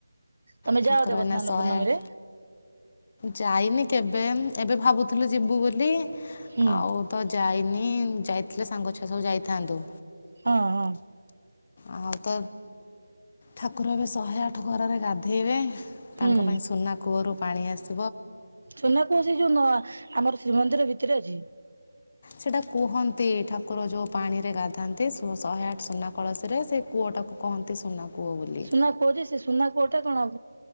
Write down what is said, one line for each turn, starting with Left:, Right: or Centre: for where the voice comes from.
Right: ତମେ
Left: ଠାକୁର
Right: ଯାଅ ତ ବସ୍ନାନ
Left: ଏଇନା ଶହେ
Right: ପୂର୍ଣ୍ଣମୀରେ?
Left: ଆଠ। ଯାଇନି କେବେ ଏବେ ଭାବୁଥିଲୁ ଯିବୁ ବୋଲି,
Right: ହୁଁ
Left: ଆଉ ତ ଯାଇନି ହ ଯାଇଥିଲେ ସାଙ୍ଗ ଛୁଆ ସବୁ ଯାଇଥାନ୍ତୁ।
Right: ହଁ ହଁ।
Left: ଆଉ ତ ଠାକୁର ଏବେ ଶହେ ଆଠ ଘରରେ ଗାଧେଇବେ, ତାଙ୍କ
Right: ହୁଁ
Left: ପାଇଁ ସୁନା କୂଅରୁ ପାଣି ଆସି
Right: ସୁନା କୁସି ଯୋଉ ନୂ ଆମର ଶ୍ରୀମନ୍ଦିର ଭିତରେ ଅଛି!
Left: ସେଇଟା କୁହନ୍ତି, ଠାକୁର ଯୋଉ ପାଣି ରେ ଗାଧାନ୍ତି, ଶହେ ଆଠ ସୁନା କଳସୀରେ ସେ କୂଅ ଟାକୁ କହନ୍ତି, ସୁନା କୂଅ ବୋଲି।
Right: ସୁନା କୂଅ ଯେ ସେ ସୁନା କୂଅଟା କଣ